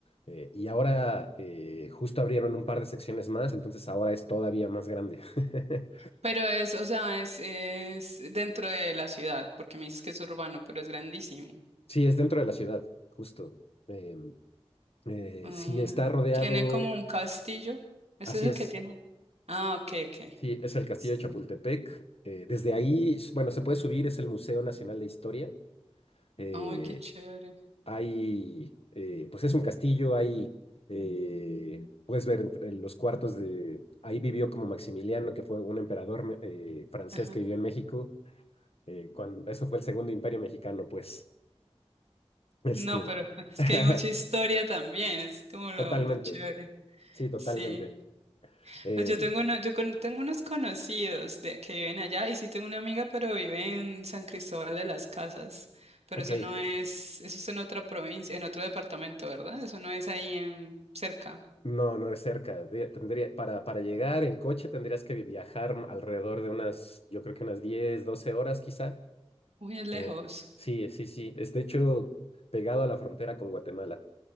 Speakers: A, on the left; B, on the right.
A: Eh, y ahora eh, justo abrieron un par de secciones más, entonces ahora es todavía más grande. <laughs>
B: Pero es, o sea, es, es dentro de la ciudad, porque me dices que es urbano, pero es grandísimo.
A: Sí, es dentro de la ciudad, justo. Em, eh,
B: Ay,
A: sí, está rodeado,
B: tiene como un castillo. Ese
A: así
B: es el
A: es.
B: que tiene. Ah, ok, ok.
A: Sí, es el Castillo de Chapultepec.
B: Mm.
A: Eh, desde ahí, s- bueno, se puede subir, es el Museo Nacional de Historia. Eh,
B: Ay, qué chévere.
A: hay, eh, pues es un castillo, hay, eh, puedes ver entre los cuartos de, ahí vivió como Maximiliano, que fue un emperador me- eh, francés
B: Ajá.
A: que vivió en México. eh, cuando, eso fue el segundo imperio mexicano, pues. Este,
B: No, pero <laughs> es
A: <laughs>
B: que hay mucha historia también, es como lo,
A: totalmente,
B: lo chévere.
A: sí, totalmente.
B: Sí.
A: Eh,
B: Pues Yo tengo, uno- yo con- tengo unos conocidos de, que viven allá y sí tengo una amiga, pero vive en San Cristóbal de las Casas. Pero
A: ok,
B: eso no es, eso es en otra provincia, en otro departamento, ¿verdad? Eso no es ahí en cerca.
A: No, no es cerca. de- Tendría, para, para llegar en coche tendrías que viajar alrededor de unas, yo creo que unas 10, 12 horas quizá.
B: Uy, es lejos.
A: Eh, sí, sí, sí. Es de hecho pegado a la frontera con Guatemala.